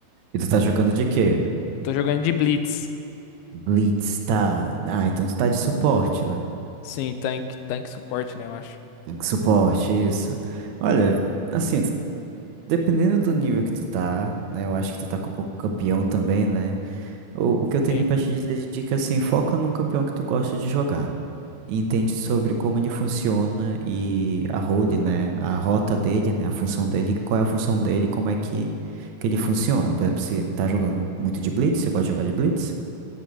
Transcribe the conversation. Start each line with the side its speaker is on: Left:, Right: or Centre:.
Right: E tu tá jogando de quê?
Left: Tô jogando de Blitz.
Right: Blitz, tá. Ah, então tu tá de suporte, né?
Left: Sim, tanque, tanque suporte, né, eu acho.
Right: Tem que Suporte, isso. Olha, assim, tu- dependendo do nível que tu tá, né? Eu acho que tu tá com um pouco campeão também, né? O, o que eu tenho
Left: Sim.
Right: pra te dizer de dica assim, foca num campeão que tu gosta de jogar. E entende sobre como ele funciona e a role, né? A rota dele, né? A função dele, qual é a função dele, como é que, que ele funciona. Por exemplo, se tá jogando muito de Blitz, você gosta de jogar de Blitz?